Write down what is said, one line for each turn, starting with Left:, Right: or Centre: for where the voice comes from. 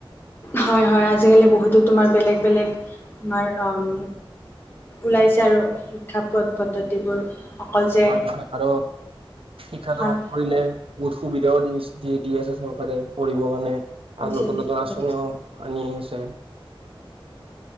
Left: হয় হয় আজিকালি বহুতো তোমাৰ বেলেগ বেলেগ তোমাৰ অম ওলাইছে আৰু শিক্ষা পথ পদ্ধতিবোৰ অকল যে
Right: হয় হয় আৰু শিক্ষাটো
Left: হয়
Right: কৰিলে বহুত সুবিধাও দি দি দি আছে চৰকাৰে পঢ়িব কাৰণে
Left: দিছে
Right: আৰু নতুন
Left: দিছে
Right: নতুন আচঁনি
Left: যথেষ্ট
Right: হওঁক আনি আছে